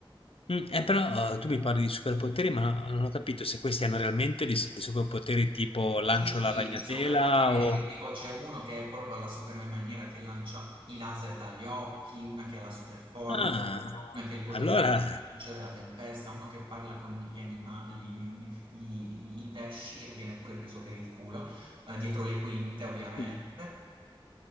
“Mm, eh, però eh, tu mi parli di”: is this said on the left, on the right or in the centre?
Left